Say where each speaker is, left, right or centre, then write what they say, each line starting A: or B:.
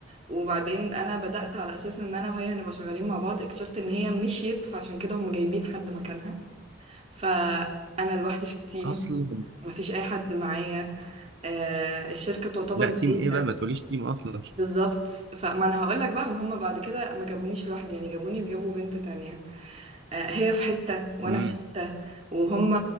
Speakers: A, on the right; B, on the right.
A: وبعدين انا بدأت على اساس ان انا وهي هنبقى شغالين مع بعض اكتشفت ان هي مشيت فعشان كده هم جايبين حد مكانها فانا لوحدي في التيم
B: اصلا
A: مفيش اي حد معايا آه، الشركة تعتبر
B: لا تيم
A: زي
B: ايه بقى ما تقوليش تيم اصلا
A: بالظبط فما انا هقول لك بقى ما هم بعد كده ما جابونيش لوحدي يعني جابوني وجابوا بنت تانية آه، هي في حتة وانا
B: امم
A: في حتة وهم